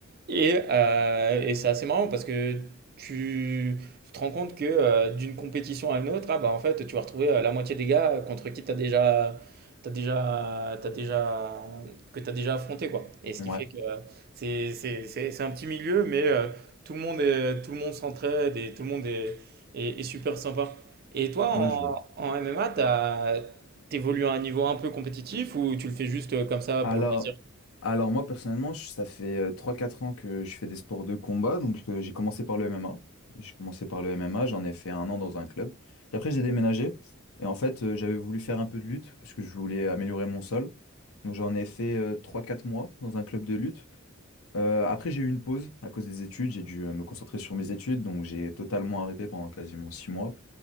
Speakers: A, on the right (about 45°); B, on the left (about 85°).
A: Et, euh, et c'est assez marrant parce que tu, tu te rends compte que euh, d'une compétition à une autre, ah bah en fait, tu vas retrouver euh, la moitié des gars contre qui tu as déjà, t'as déjà, t'as déjà, que tu as déjà affronté, quoi. Et ce
B: Ouais.
A: qui fait que euh, c'est, c'est, c'est, c'est un petit milieu, mais euh, tout le monde est, tout le monde s'entraide et tout le monde est, est, est super sympa. Et toi,
B: Ouais, je...
A: en, en MMA, t'as, t'évolues à un niveau un peu compétitif ou tu le fais juste euh, comme ça
B: Alors,
A: pour le plaisir?
B: alors moi personnellement, je- ça fait euh, 3-4 ans que je fais des sports de combat. Donc euh, j'ai commencé par le MMA. J'ai commencé par le MMA, j'en ai fait un an dans un club. Puis après j'ai déménagé. Et en fait, euh, j'avais voulu faire un peu de lutte parce que je voulais améliorer mon sol. Donc j'en ai fait euh, 3-4 mois dans un club de lutte. Euh, après j'ai eu une pause à cause des études. J'ai dû euh, me concentrer sur mes études. Donc j'ai totalement arrêté pendant quasiment 6 mois.